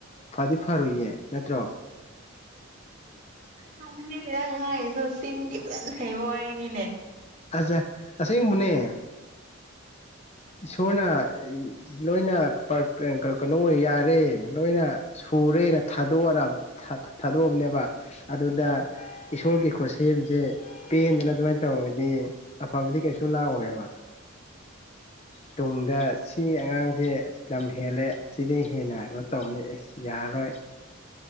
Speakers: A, on the left; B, on the right.
A: ꯐꯗꯤ ꯐꯔꯨꯏꯌꯦ ꯅꯠꯇ꯭ꯔꯣ
B: <inaudible> ꯁꯁꯤꯗ ꯍꯥꯏꯁꯨ ꯆꯤꯟꯗꯤ ꯄꯨꯖꯅ ꯍꯕ ꯋꯥꯔꯤꯅꯦꯅꯦ
A: ꯑꯁꯁ ꯑꯁꯦꯡ ꯃꯅꯦ ꯏꯁꯣꯔꯅ ꯂꯣꯏꯅ ꯀꯩꯅꯣ ꯑꯣꯏ ꯌꯥꯔꯦ ꯂꯣꯏꯅ ꯁꯨꯔꯦꯅ ꯊꯥꯗꯣꯛꯑ ꯊꯥꯗꯣꯛꯑꯕꯅꯦꯕ ꯑꯗꯨꯗ ꯏꯁꯣꯔꯒꯤ ꯈꯨꯠꯁꯦꯝꯁꯦ ꯄꯦꯟꯗꯅ ꯑꯗꯨꯃꯥꯏꯅ ꯇꯧꯗꯤ ꯑꯐꯕꯗꯤ ꯀꯩꯁꯨ ꯂꯥꯛꯑꯣꯏꯕ ꯇꯨꯡꯗ ꯁꯤ ꯑꯉꯥꯡꯁꯦ ꯂꯝ ꯍꯦꯜꯂꯦ ꯑꯁꯤꯗꯒꯤ ꯍꯦꯟꯅ ꯀꯩꯅꯣ ꯇꯧꯔꯅꯤ ꯑꯦꯁ ꯌꯥꯔꯔꯣꯏ